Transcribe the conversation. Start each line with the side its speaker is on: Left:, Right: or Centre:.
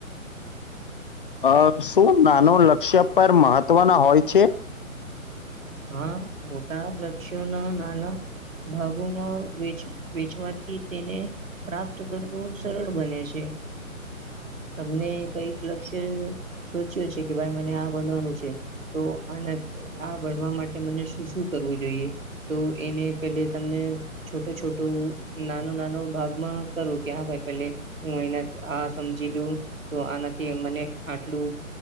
Left: અ શું નાનું લક્ષ્ય પર મહત્વના હોય છે
Right: હા મોટા લક્ષ્યોના નાના ભાગોમાં વેચ વેચવાથી તેને પ્રાપ્ત કરવું સરળ બને છે તમને કઈક લક્ષ્ય સોચ્યો છે કે ભાઈ મને આ બનવાનું છે તો આના આ બનવા માટે મને શું શું કરવું જોઈએ તો એને પેલે તમને છોટો છોટો નાનો નાનો ભાગમાં કરો કે હા ભાઈ પેલે હું એને આ સમજી લઉ તો આનાથી મને આટલું